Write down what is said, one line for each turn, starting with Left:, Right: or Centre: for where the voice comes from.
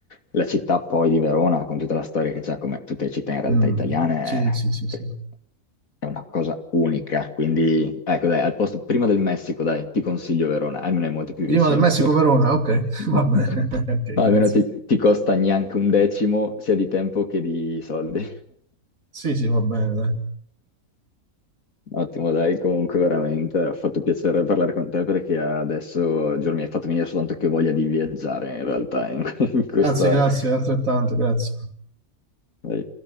Left: la città poi di Verona, con tutta la storia che c'ha, come tutte le città in realtà
Right: Mm,
Left: italiane,
Right: Sì, sì, sì, sì.
Left: è è una cosa unica. Quindi, ecco, dai, al posto prima del Messico, dai, ti consiglio Verona, almeno è molto più
Right: Prima
Left: vicino.
Right: del Messico-Verona,
Left: <laughs>
Right: ok. <laughs> Va bene. <laughs> Ok,
Left: No,
Right: grazie.
Left: Almeno ti, ti costa neanche un decimo sia di tempo che di soldi. <laughs>
Right: Sì, sì, va bene, dai.
Left: Ottimo, dai, comunque veramente ha fatto piacere parlare con te perché adesso, Giorgio, mi hai fatto venire soltanto che voglia di viaggiare in realtà in, <laughs> in questa...
Right: Grazie, grazie,
Left: <laughs>
Right: altrettanto, grazie.
Left: Dai.